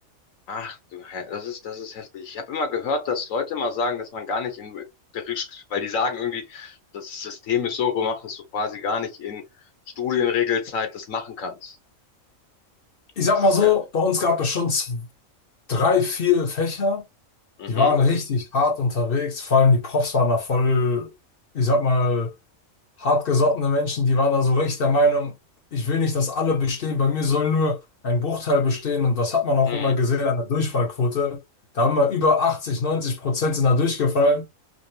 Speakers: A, on the left (about 75°); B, on the left (about 50°).
A: Ach, du, He- das ist, das ist heftig. Ich habe immer gehört, dass Leute mal sagen, dass man gar nicht in Bericht, weil die sagen irgendwie, das System ist so gemacht, dass du quasi gar nicht in Studienregelzeit das machen kannst.
B: Ich sag
A: Das
B: mal
A: ist
B: so,
A: ja.
B: bei uns gab es schon z- drei, vier Fächer,
A: Mhm.
B: die waren richtig hart unterwegs. Vor allem die Profs waren da voll, ich sag mal, hartgesottene Menschen, die waren da so richtig der Meinung, ich will nicht, dass alle bestehen, bei mir soll nur ein Bruchteil bestehen und das hat man auch
A: Mhm.
B: immer gesehen an der Durchfallquote. Da haben wir über 80, 90 Prozent sind da durchgefallen.